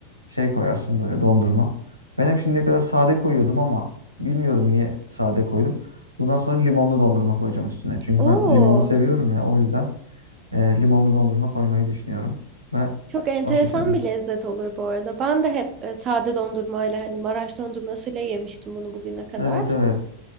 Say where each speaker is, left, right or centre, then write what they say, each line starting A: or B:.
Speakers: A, on the right (about 80°); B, on the right (about 30°).
A: şey koyarsın böyle dondurma. Ben hep şimdiye kadar sade koyuyordum ama bilmiyorum niye sade koydum. Bundan sonra limonlu dondurma koyacağım üstüne. Çünkü
B: Oo,
A: ben limonu seviyorum ya o yüzden e, limonlu dondurma koymayı düşünüyorum. Ve
B: çok enteresan
A: o şekilde.
B: bir lezzet olur bu arada. Ben de hep e, sade dondurmayla hani Maraş dondurmasıyla yemiştim bunu bugüne kadar.
A: Evet evet.